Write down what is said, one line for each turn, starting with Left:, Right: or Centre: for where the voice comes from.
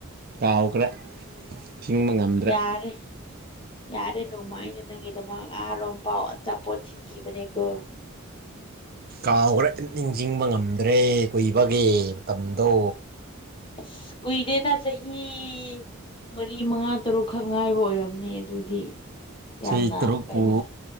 Right: ꯀꯥꯎꯈ꯭ꯔꯦ ꯆꯤꯡꯕ ꯉꯝꯗ꯭ꯔꯦ
Left: ꯌꯥꯔꯦ ꯌꯥꯔꯦ ꯅꯣꯡꯃ ꯑꯩꯅ ꯅꯪꯒꯤꯗꯃꯛ ꯉꯥꯔꯣꯝ ꯄꯥꯎ ꯑꯆꯥꯄꯣꯠ ꯊꯤꯟꯈꯤꯕꯅꯦꯀꯣ
Right: ꯀꯥꯎꯈ꯭ꯔ ꯏ ꯅꯤꯡꯁꯤꯡꯕ ꯉꯝꯗ꯭ꯔꯦ ꯀꯨꯏꯕꯒꯦ ꯃꯇꯝꯗꯣ
Left: ꯑꯁ ꯀꯨꯏꯗꯦꯗ ꯆꯍꯤ ꯆꯍꯤ ꯃꯔꯤ ꯃꯉꯥ ꯇꯔꯨꯛꯈꯛ ꯉꯥꯏꯕ ꯑꯣꯏꯔꯝꯅꯤ ꯑꯗꯨꯗꯤ
Right: ꯆꯍꯤ
Left: ꯌꯥꯝꯅ
Right: ꯇꯔꯨꯛꯄꯨ
Left: ꯀꯩꯅꯣ